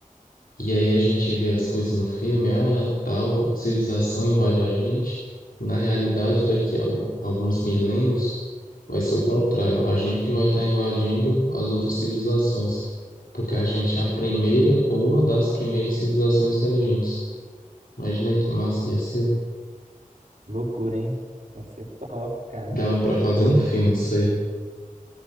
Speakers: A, on the left; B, on the right.
A: E aí a gente vê as coisas no filme, ah, tal civilização invade a gente. Na realidade, daqui a al- alguns milênios, vai ser o contrário. A gente que vai estar invadindo as outras civilizações, porque a gente é a primeira ou uma das primeiras civilizações inteligentes. Imagina aí que massa que ia ser.
B: Loucura, hein? Ia ser top, cara.
A: Dava pra fazer um filme disso aí.